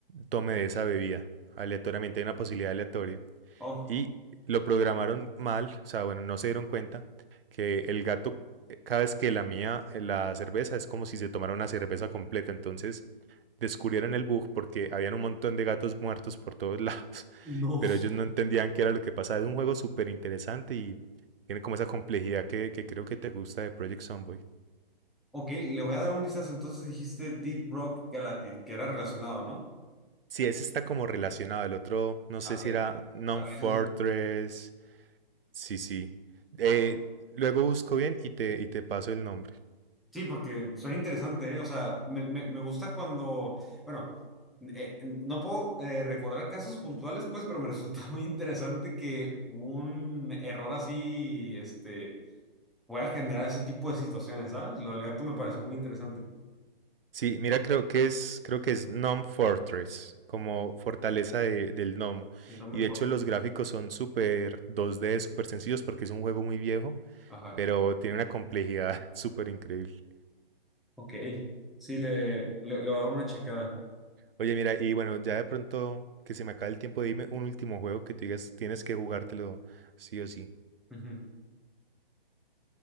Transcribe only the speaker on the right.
tome de esa bebida aleatoriamente, hay una posibilidad aleatoria
y lo programaron mal, o sea, bueno, no se dieron cuenta que el gato, eh, cada vez que lamía eh, la cerveza, es como si se tomara una cerveza completa. Entonces descubrieron el bug porque habían un montón de gatos muertos por todos lados, <laughs>
pero ellos no entendían qué era lo que pasaba. Es un juego súper interesante y tiene como esa complejidad que, que creo que te gusta de Project Zomboid.
Sí, ese está como relacionado. El otro, no sé
si era Non-Fortress.
Sí, sí. Eh,
luego busco bien y te, y te paso el nombre.
Sí, mira, creo que es, creo que es Gnome Fortress, como fortaleza de- del gnomo.
Y
de hecho los gráficos son súper 2D, súper sencillos porque es un juego muy viejo,
pero tiene una complejidad <laughs> súper increíble.
Oye, mira, y bueno, ya de pronto que se me acabe el tiempo, dime un último juego que tú digas, tienes que jugártelo sí o sí.